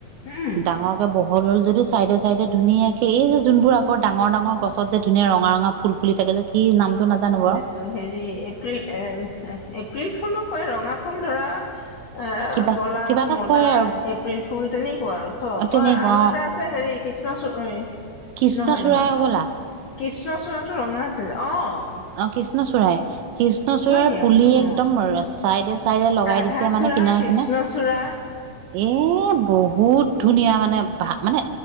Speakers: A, on the left; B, on the right.
A: উম
B: ডাঙৰ কিবা বহল হ'ল যদিও চাইডে, চাইডে ধুনীয়া সেই এই যে যোনবোৰ আকৌ ডাঙৰ, ডাঙৰ গছত যে ধুনীয়া ৰঙা, ৰঙা ফুল ফুলি থাকে যে কি নামটো নাজানো বাৰু
A: তো হেৰি এপ্ৰিল এ- এপ্ৰিল ফুলো কয় ৰঙা ফুল ধৰা। <unintelligible>
B: কিবা
A: পলাশ,
B: কিবা এটা
A: মদাৰ
B: কয় আৰু
A: এপ এপ্ৰিল ফুল তেনেকুৱা আৰু চ'ব
B: তেনেকুৱা
A: অ' আৰু এটা
B: অ
A: আছে হেৰি কৃষ্ণ চু নহয়,
B: কৃষ্ণচূড়াই
A: নহয়
B: হ'বলা
A: কৃষ্ণ চূৰাটো ৰঙা আছিল অ'।
B: অ' কৃষ্ণ চুৰায়ে। কৃষ্ণচূড়াৰ
A: হয় দিয়া
B: পুলি
A: অ
B: একদম চাইডে, চাইডে লগাই
A: ৰাধাচূড়া
B: দিছে মানে কিনাৰে,
A: কৃষ্ণচূড়া
B: কিনাৰে এই বহু বহুত ধুনীয়া মানে ভা মানে